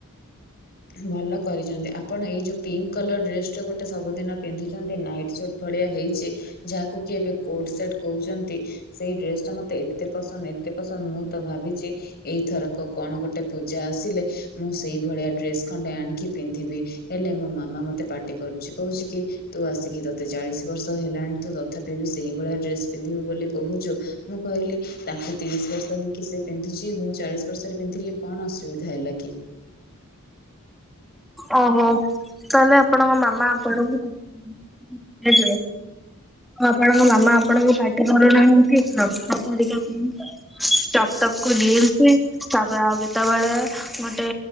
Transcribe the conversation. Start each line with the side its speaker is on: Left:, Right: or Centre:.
Left: ଭଲ କରିଛନ୍ତି ଆପଣ ଏଇ ଯୋଉ ପିଙ୍କ କଲର ଡ୍ରେସ ଟା ଗୋଟେ ସବୁଦିନ ପିନ୍ଧୁଛନ୍ତି ନାଇଟ୍ ସୁଟ ବଢ଼ିଆ ହେଇଛି ଯାହାକୁ କି ଏବେ କୋଟ ସେଟ କହୁଛନ୍ତି। ସେଇ ଡ୍ରେସ ଟା ମତେ ଏତେ ପସନ୍ଦ ଏତେ ପସନ୍ଦ ମୁଁ ତ ଭାବିଛି ଏଇଥରକ କଣ ଗୋଟେ ପୂଜା ଆସିଲେ ମୁଁ ସେଇ ଭଳିଆ ଡ୍ରେସ ଖଣ୍ଡେ ଆଣିକି ପିନ୍ଧିବି ହେଲେ ମୋ ମାମା ମତେ ପାଟି କରୁଛି କହୁଛି କି ତୁ ଆସିକି ତତେ ଚାଳିଶ ବର୍ଷ ହେଲାଣି ତୁ ତଥାପି ବି ସେଇଭଳିଆ ଡ୍ରେସ ପିନ୍ଧିବୁ ବୋଲି କହୁଛୁ। ମୁଁ କହିଲି ତାଙ୍କୁ ତିରିଶ ବର୍ଷ ହେଇକି ସେ ପିନ୍ଧୁଛି ମୁଁ ଚାଳିଶ ବର୍ଷରେ ପିନ୍ଧିଲି କଣ ଅସୁବିଧା ହେଲା କି।
Centre: ଓହୋ ତାହେଲେ ଆପଣଙ୍କ ମାମା ଆପଣଙ୍କୁ <inaudible> ଆଉ ଆପଣଙ୍କ ମାମା ଆପଣଙ୍କୁ ପାଟି ପରୁନାହାନ୍ତି <inaudible> ପରିକା ପିନ୍ଧୁଛ। ଟପ ଟପ କୁ ଜିନ୍ସ। ତାପରେ ଆଉ କେତେବେଳେ ଗୋଟେ